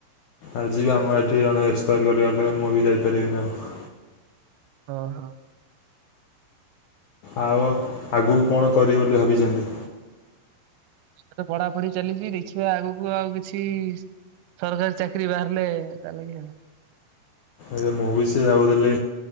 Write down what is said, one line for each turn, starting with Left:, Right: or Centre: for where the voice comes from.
Left: ଆଜିିବି ଆମ ଏଠି ଜଣେ ଏକ୍ସପାୟାର କରିଗଲେ। ମୁଁ ବି ଯାଇପାରିବିନି ଆଉ।
Right: ଅ ହ।
Left: ଆଉ ଆଗକୁ କଣ କରିବ ବୋଲି ଭାବିଚନ୍ତି?
Right: ଏବେ ତ ପଢାପଢି ଚାଲିଚି ଦେଖିବା ଆଗକୁ ଆଉ କିଛି ସରକାରୀ ଚାକିରି ବାହାରିଲେ ତାଲୋଗି ଆ
Left: ଏ ମୁଁ ବି ସେଇଆ ଭାବୁଥିଲି,